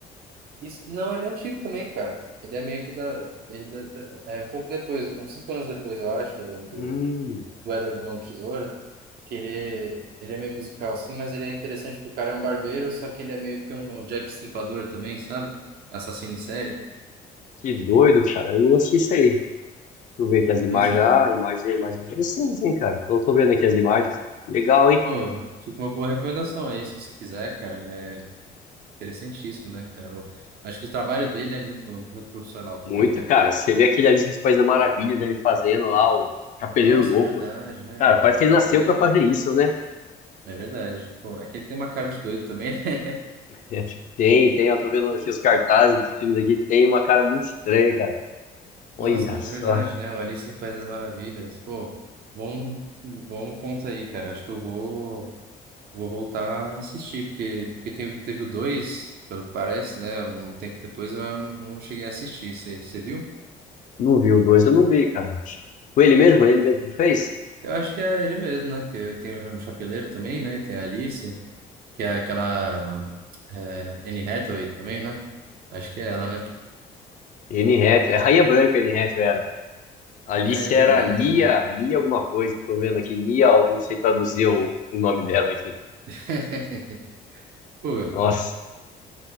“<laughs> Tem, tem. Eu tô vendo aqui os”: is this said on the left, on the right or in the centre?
Left